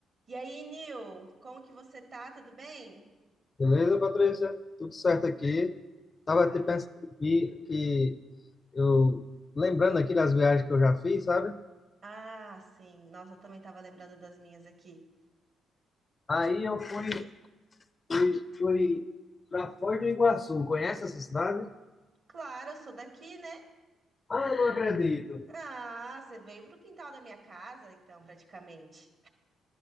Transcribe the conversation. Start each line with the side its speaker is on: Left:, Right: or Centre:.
Right: E aí, Nil, como que você tá? Tudo bem?
Left: Beleza, Patrícia? Tudo certo aqui. Estava
Right: Ah,
Left: até pensando aqui que eu, lembrando aqui das viagens que eu já fiz, sabe?
Right: ah, sim. Nossa, eu também tava lembrando das minhas aqui.
Left: Aí eu fui, fui, fui para Foz do Iguaçu. Conhece essa cidade?
Right: Claro, eu sou daqui, né?
Left: Ah, eu não acredito.
Right: Ah, você veio pro quintal da minha casa, então, praticamente.